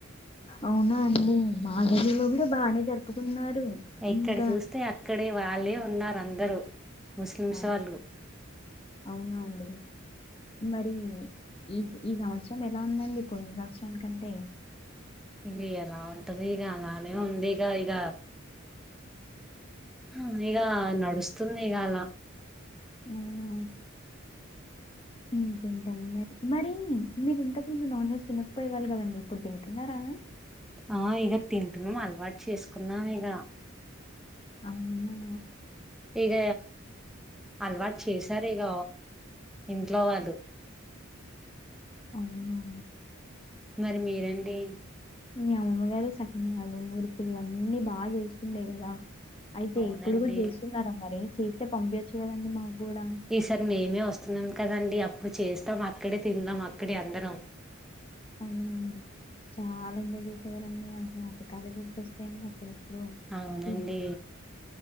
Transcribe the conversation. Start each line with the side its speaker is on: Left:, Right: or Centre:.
Left: అవునా అండి మాగల్లి లో కూడా బానే జరుపుకున్నారు
Centre: ఎక్కడ
Left: ఇంకా
Centre: చూస్తే అక్కడే వాళ్ళే ఉన్నారు అందరూ ముస్లింస్
Left: అవు
Centre: వాళ్ళు
Left: అవునా అండి మరి ఈ ఈ సంవత్సరం ఎలా ఉందండి పోయిన సంవత్సరం కంటే
Centre: ఇంగ ఎలా ఉంటది ఇగ అలానే ఉంది ఇగ ఇగ హ ఇగ నడుస్తుంది ఇగ అలా
Left: అవున ఇంకేంటండి మరి మరి మీరు ఇంతకు ముందు నాన్ వెజ్ తినకపోయేవాళ్ళుకదండి ఇప్పుడు తింటున్నారా
Centre: ఆ ఇగ తింటున్నాం అలవాటు చేసుకున్నాం ఇగ
Left: అవునా
Centre: ఇగ అలవాటు చేశారు ఇగ ఇంట్లో వాళ్ళు
Left: అవునవును
Centre: మరి మీరండి
Left: మీ అమ్మమ్మగారు చకనాలు మురుకులు అన్నీ బా చేస్తుండే కదా అయితే
Centre: అవునండి
Left: ఇప్పుడు కూడా చేస్తున్నారా మరి ఇసచేస్తే పంపియచ్చు కదండి మాకు కూడా
Centre: ఈసారి మేమే వస్తున్నాం కదండి అప్పుడు చేస్తాం అక్కడే తిందాం అక్కడే అందరం
Left: అవునండి చాలా ఎంజాయ్ చేసేవాళ్ళం ఆ జ్ఞాపకాలు గుర్తొస్తాయండి అప్పుడప్పుడు
Centre: అవునండి
Left: ఈ